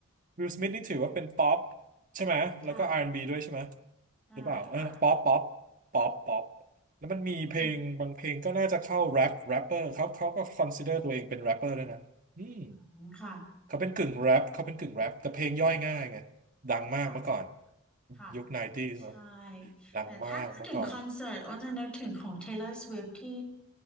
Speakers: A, on the right (about 40°); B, in the centre.
A: วิลสมิธนี่ถือว่าเป็นป๊อปใช่ไหมแล้วก็
B: ค่ะ
A: R&B ดบีด้วยใช่ไหม
B: ได้ค่ะ
A: หรือเปล่าเออป๊อปป๊อปป๊อปป๊อปแล้วมันมีเพลงบางเพลงก็น่าจะเข้าแรปแรปเปอร์เขาเขาก็คอนซิเดอร์ตัวเองเป็นแรปเปอร์ด้วยนะอืม
B: วันหลังค่ะ
A: เขาเป็นกึ่งแรปเขาเป็นกึ่งแรปแต่เพลงย่อยง่ายไงดังมากเมื่อก่อน
B: ค่ะค่ะ
A: ยุคไนตี้เนอะ
B: ใช่
A: ดังมากเมื่อก่อน
B: แต่ถ้าพูดถึงคอนเสิร์ตอ้นจะนึกถึงของ Taylor Swift ที่